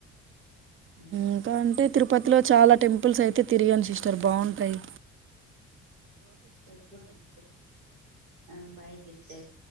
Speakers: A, on the right; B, on the right.
A: ఉమ్
B: ఇంకా
A: ఓకే
B: అంటే
A: సిస్టర్
B: తిరుపతిలో చాలా టెంపుల్స్ అయితే తిరిగాను సిస్టర్ బావుంటాయి
A: ఆ బై సిస్టర్